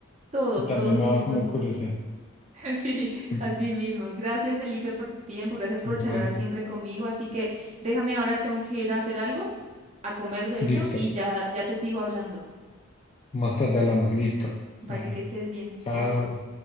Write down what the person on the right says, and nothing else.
Todos,
todos
tuvimos,
<laughs> sí,
así mismo. Gracias, Felipe, por tu tiempo, gracias por
charlar siempre conmigo. Así que déjame ahora, tengo que ir a hacer algo, a comer, de hecho,
y ya, ya te sigo hablando.
Vale,
que estés bien.
Chao, chao.